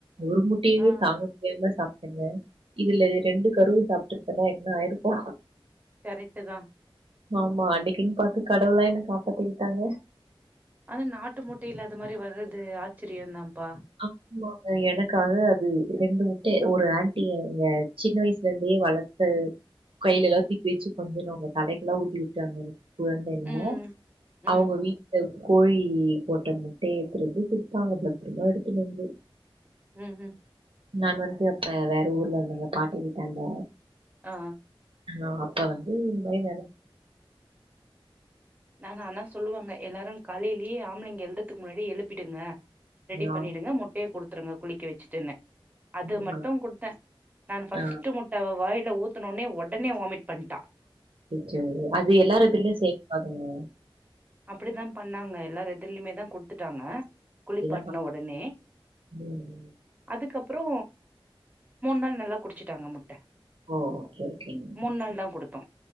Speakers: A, on the right (about 70°); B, on the right (about 15°).
A: ஒரு முட்டையவே
B: ஆ
A: தாங்க முடியாம சாப் டங்க இதுல ரெண்டு கருவு சாப்ட்டுருந்தனா என்ன ஆயிருக்கு
B: கரெக்ட்டு தா
A: ஆமா அன்னைக்குன்னு பாத்து கடவுளா என்ன காப்பாத்தி விட்டாங்க
B: ஆனா நாட்டு முட்டைல அது மாரி வர்றது ஆச்சரியோ தான்ப்பா
A: ஆமாங்க எனக்காக அது ரெண்டு முட்டை ஒரு ஆன்ட்டி எங்க சின்ன வயசுல இருந்தே வள த்து கையிலல்லா தூக்கி வச்சு கொஞ்சோனவ்ங்க தலைக்குல்லா ஊத்தி விட்டாங்க குழந்தைல
B: ம் ம்
A: அவுங்க வீட்டு கோழி போட்ட முட்டைய எடுத்துடு வந்து குடுப்பாங்க பத்திரமா எடுத்துனு வந்து
B: ம் ம்
A: நான் வந்து அப்ப வேற ஊர்ல இருந்தங்க பாட்டி வீட்டான்ட
B: ஆ
A: ஆ அப்ப வந்து இந்த மாரி நட
B: நானு ஆனா சொல்லுவாங்க எல்லாரு காலையிலேயே ஆம்பளைங்க எழுறதுக்கு முன்னாடி எழுப் பிடுங்க ரெடி
A: ஆமா.
B: பண்ணிடுங்க முட்டையை குடுத்துருங்க குளிக்க வச்சுட்டுன்னு அது
A: ம்.
B: மட்டு குடுத்த நானு ஃபஸ்ட்டு
A: ஆ
B: மு ட்ட அவ வாயில ஊத்தனோனே ஒடனே வாமிட் பண்ட்டா
A: அச்சச்சோ அது எல்லார் எதுர்லயு செய்ய கூடாதுங்க
B: அப்படித்தா பண்ணாங்க எல்லார் எதுலயுமே தா குடுத்துட்டாங்க குளிப்பாட்ன
A: இதான் பா
B: ஒடனே
A: ம்.
B: அதுக்கப்புறோ மூண் நாள் நல்லா குடிச்சட்டாங்க முட்ட
A: ஓ ஓகே ஓகேங்க
B: மூண்
A: ஓகே
B: நாள் தா கொடுத்தோ